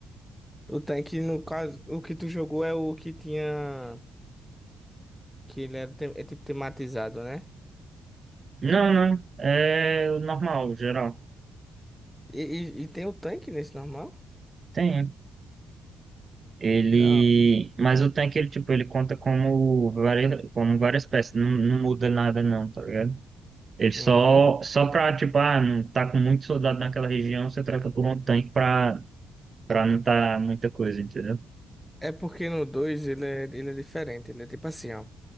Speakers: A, in the centre; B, on the right (about 35°).
A: O tanque, no caso, o que tu jogou é o que tinha. Que ele era, tem- é tipo tematizado, né?
B: Não, não, é o normal, o geral.
A: E, e, e tem o tanque nesse normal?
B: Tem. Ele,
A: Que dá.
B: mas o tanque ele tipo ele conta como várias, como várias peças, não, não muda nada não, tá ligado? Ele só,
A: Uhum.
B: só pra, tipo, ah, não tá com muito soldado naquela região, você troca por um tanque pra, pra não tá muita coisa, entendeu?
A: É porque no 2 ele é, ele é diferente, ele é tipo assim, ó.